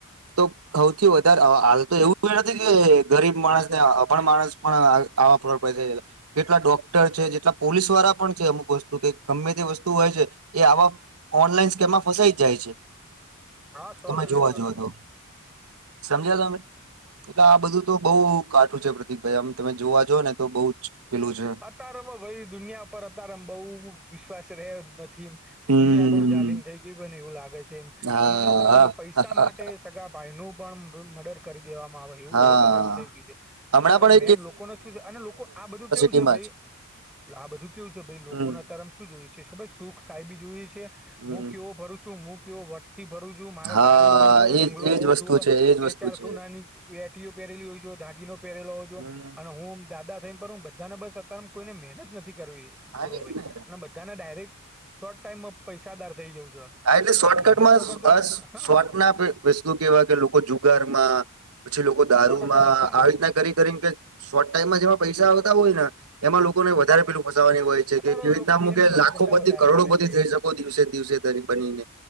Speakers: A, on the right; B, in the centre.
A: તો હૌથી વધારે હાલ તો એવું નથી કે ગરીબ માણસ ને અભણ માણસ પણ આવા. <unintelligible> કેટલા ડોક્ટર છે. જેટલા પોલીસ વાળા પણ છે. અમુક વસ્તુ કે ગમે તે વસ્તુ હોય છે એ આવા ઓનલાઈન સ્કેમમાં ફસાઈ જ જાય છે.
B: હા શો
A: તમે
B: ટકા
A: જોવા
B: શો
A: જઓ
B: ટકા.
A: તો સમજ્યા તમે. એટલે આ બધું તો બઉુ કાઠું છે પ્રતિક ભાઈ આમ તમે જોવા જ ને તો બઉુ જ. પેલું છે
B: અત્યારેમાં ભાઈ દુનિયા પર અત્યારે એ બઉુ વિશ્વાસ રયો નથી.
A: હમ
B: દુનિયા બહુ જલીમ થઈ ગયું મન એવું લાગે છે એમ.
A: હા
B: તમારે અત્યારે પૈસા
A: હા
B: માટે સગા ભાઈ નુ પણ મર્ડર કરી દેવામાં આવે. એવું
A: હા
B: હવે તારે એમ થઈ ગયું છે
A: હમણાં
B: અત્યારે
A: પણ
B: મેન લોકોને શું છે અને લોકો આ બધું. કેવું
A: હિમાં
B: છે ભાઈ
A: જ.
B: આ બધું કેવું છે ભાઈ લોકોને
A: હમ
B: અત્યારે શું જોએ છે ખબર છે સુખ સાયબી જોય છે હું
A: હમ
B: કેવું. હું ફરું છું હું કેવો વટ થી ફરું છું મારે
A: હા
B: ગાડી હોય જુઓ
A: એજ
B: બંગલો
A: એજ
B: હોવો
A: વસ્તુ
B: જુઓ.
A: છે એજ
B: બે
A: વસ્તુ
B: ચાર
A: છે
B: સોનાની વેટીઓ પહેરેલી હોય જો ધાગીનો પહેરેલો હોય જો.
A: હમ
B: અને હુંમ દાદા થઈને પણ હું બધાને બસ અત્યારે કોઈને મહેનત નથી કરવી
A: આવી
B: ભુરો
A: જ
B: ભાઈ.
A: ને
B: બધાને ડાયરેક્ટ શોર્ટ ટાઈમમાં પૈસાદાર થઈ જઉં છે.
A: હા એટલે શોર્ટકટમાં
B: મહેનત
A: અસ
B: વગર તો
A: અસ
B: હા
A: શોર્ટ ના. વસ્તુ કેવા કે લોકો જુગાર માં પછી લોકો
B: આ
A: દારૂમાં
B: સો ટકા બધા
A: આવી રીતના કરી કરી કે શોર્ટ ટાઈમમાં જેમાં પૈસા આવતા હોય ને એમાં લોકોને વધારે પેલું ફસવાની હોય છે.
B: અત્યારે
A: કે કેવી રીત
B: લોકો
A: નામું
B: બે નંબરના
A: કે લાખો
B: ધંધા
A: પતિ
B: વધારે
A: કરોડો
B: કરે
A: પતિ
B: છે
A: થઈ શકો દિવસે દિવસે તરી. પણ